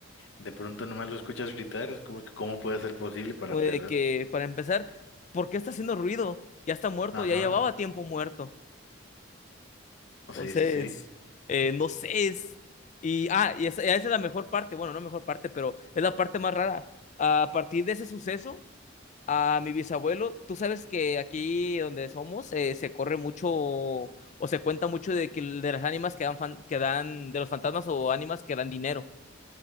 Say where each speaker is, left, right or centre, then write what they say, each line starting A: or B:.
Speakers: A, on the left; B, on the left.
A: de pronto nomás lo escuchas gritar, es como que cómo puede ser posible para
B: eh,
A: empezar.
B: que para empezar, ¿por qué está haciendo ruido? Ya está muerto,
A: Ajá.
B: ya llevaba tiempo muerto. Entonces,
A: Sí, sí, sí.
B: eh, no sé, es... Y, ah, y esa, esa es la mejor parte, bueno, no mejor parte, pero es la parte más rara. A partir de ese suceso, a mi bisabuelo, tú sabes que aquí donde somos eh, se corre mucho o se cuenta mucho de que de las ánimas que dan, fan- que dan, de los fantasmas o ánimas que dan dinero.